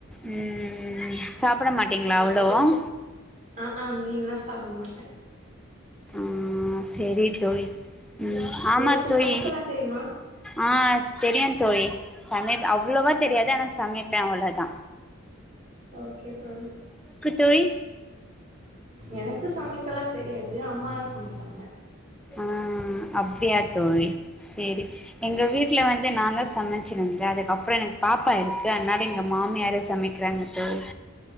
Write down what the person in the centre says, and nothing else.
ம் சாப்பட மாட்டீங்களா அவ்ளோம்
ஆஹ் செரி தோழி உம் ஆமா
தோழி
ஆஹ் தெரியு தோழி சமைப் அவ்ளோவா தெரியாது ஆனா சமைப் ப்பே அவ்ளோதா
தோழி
ஆஹ் அப்டியா தோழி செரி எங்க வீட்ல வந்து நான்தா சமைச்சிருந்தே அதுக்கப்றோ எனக்கு பாப்பா இருக்கு அதனால எங்க மாமியாரும் சமைக்கிறாங்க தோழி